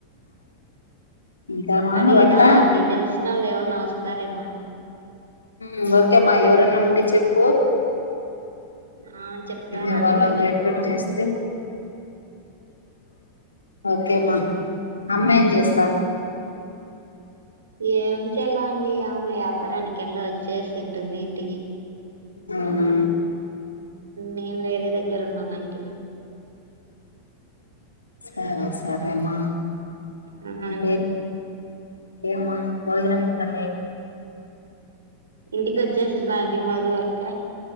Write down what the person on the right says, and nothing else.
అడుగుతాను
అంటీ తెలిసిన వాళ్ళు ఏమన్నా సరే మండి
ఆ చెప్తాను
ఆంటీ
ఉమ్,
ఏం చెల్లండి ఆమె వ్యాపారానికి వెళ్ళ చేస్తుంటుంది ఇంటికి
నేను వేరే దగ్గర ఉన్నాను అంటి
ఆ ఆంటీ
ఇంటికి వచ్చేసిం అండి మధు అక్క